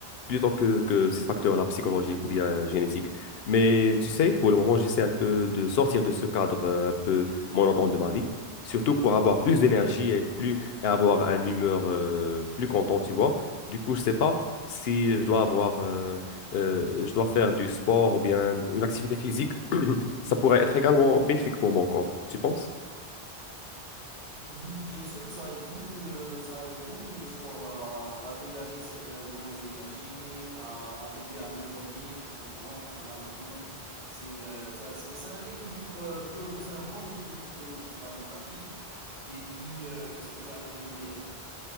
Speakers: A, on the left (about 70°); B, on the right (about 60°).
A: plutôt que, que
B: oui,
A: ces facteurs-là psychologiques ou bien génétiques. Mais tu sais, pour le moment, j'essaie un peu de sortir de ce cadre euh, un peu monotone de ma vie, surtout pour avoir
B: oui.
A: plus d'énergie et plus et avoir une humeur euh, plus contente, tu vois. Du coup, je sais pas si je dois avoir, euh, euh, je dois faire du sport ou bien une activité physique. <clears throat> Ça pourrait être également bénéfique pour mon corps, tu penses?
B: Oui, Bien sûr que ça aide beaucoup le, ça aide beaucoup le sport à, à dégager cette euh, mauvaise énergie, à, à t'aider à mieux dormir quand tu rentres à la maison. C'est euh, ça- c'est c'est un équilibre euh, biolo, c'est un bon équilibre biologique à mon avis. Et puis euh, qu'est-ce que j'allais te dire?